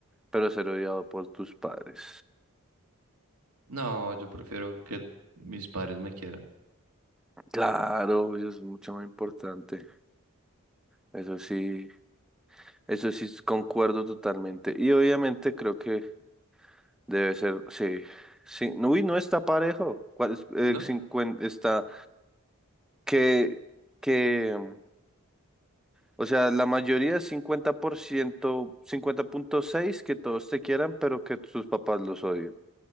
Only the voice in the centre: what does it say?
pero ser odiado por tus padres.
Claro, eso es mucho más importante. Eso sí, eso sí concuerdo totalmente. Y obviamente creo que debe ser, sí, sí. No, Uy, no está parejo. ¿Cuál es? Eh,
50 está que, que, mm, o sea, la mayoría es cincuenta por ciento, cincuenta punto seis que todos te quieran, pero que tus papás los odien.